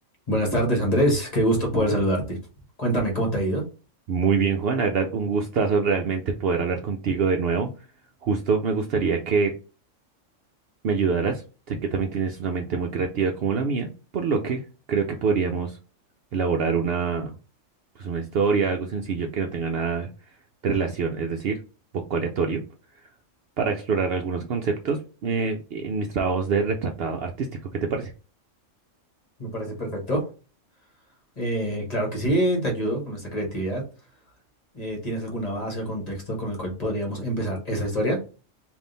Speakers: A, on the left; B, on the right.
A: Buenas tardes, Andrés. Qué gusto poder saludarte. Cuéntame cómo te ha ido.
B: Muy bien, Juan, la verdad, un gustazo realmente poder hablar contigo de nuevo. Justo me gustaría que me ayudaras. Sé que también tienes una mente muy creativa como la mía, por lo que creo que podríamos elaborar una, pues una historia, algo sencillo que no tenga nada de relación, es decir, un poco aleatorio, para explorar algunos conceptos eh, en mis trabajos de retratado artístico. ¿Qué te parece?
A: Me parece perfecto. Eh, claro que sí, te ayudo con esta creatividad. Eh, ¿tienes alguna base o contexto con el cual podríamos empezar esa historia?